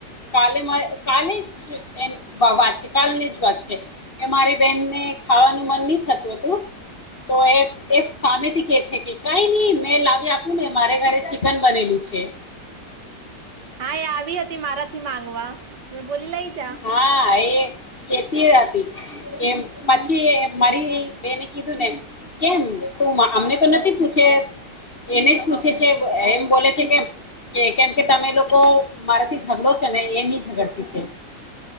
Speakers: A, on the left; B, on the right.
A: કાલે કાલે જ વાત છે કાલની જ વાત છે કે મારી બેહેનને ખાવાનું મન નહી થતું હતું તો એક સામેથી કે છે કે કઈ નઈ મેં લાવી આપું ને મારે. રે ચિકન બનેલું છે.
B: હા એ આવી હતી મારા થી માંગ. વા મે બોલી લઈ જા.
A: હા એ હતી એમ પછી મારી બેને કીધું ને કેમ તું અમને તો નથી પૂછે એને જ પૂછે છે એમ બોલે છે કેમ કે કેમ કે તમે લોકો મારાથી ઝઘડો છેો ને એ. જગડતી છે.